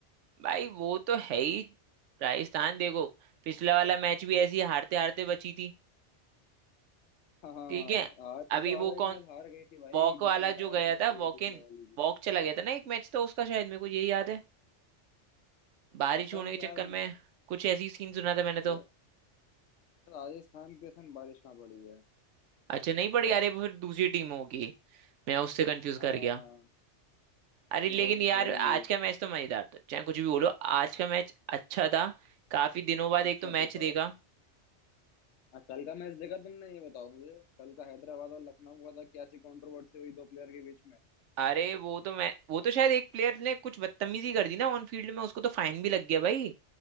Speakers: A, on the right; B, on the left.
A: भाई वो तो है ही राजस्थान देखो पिछला वाला मैच भी ऐसी हारते हारते बची थी
B: हाँ
A: ठीक है
B: हार पिछले
A: अभी
B: वाला
A: वो
B: भी
A: कौन
B: मैच हार गई थी भाई
A: वॉक वाला
B: जीता जिताया
A: जो गया
B: मैच हारी
A: था
B: है
A: वॉक
B: पिछले
A: इन
B: वाली भी
A: वॉक चला गया था ना एक मैच था उसका शायद मेरे को यही याद है बारिश
B: पता
A: होने
B: नहीं
A: के
B: यार
A: चक्कर में कुछ ऐसी सीन सुना था मैंने
B: र-
A: तो
B: राजस्थान के उसमें बारिश ना पड़ी है
A: अच्छा नहीं पड़ी यार ये फिर दूसरी टीम होगी मैं उससे कंफ्यूज
B: हाँ
A: कर गया अरे
B: वही
A: लेकिन यार
B: वही
A: आज का मैच तो मजेदार था चाहे कुछ भी बोलो आज का मैच अच्छा था काफी दिनों बाद
B: अच्छा
A: एक तो मैच
B: तो था
A: देखा
B: हाँ, कल का मैच देखा तुमने ये बताओ मुझे कल का हैदराबाद और लखनऊ का था क्या सी कंट्रोवर्सी हुई दो प्लेयर के बीच में
A: अरे वो तो मैं वो तो शायद एक प्लेयर ने कुछ बदतमीजी कर दी ना ऑन फील्ड में उसको तो फाइन भी लग गया भाई